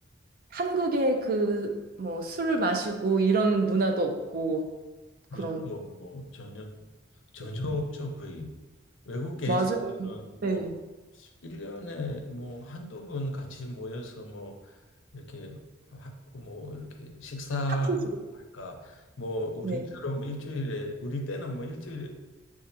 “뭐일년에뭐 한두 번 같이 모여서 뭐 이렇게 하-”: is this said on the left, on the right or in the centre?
Left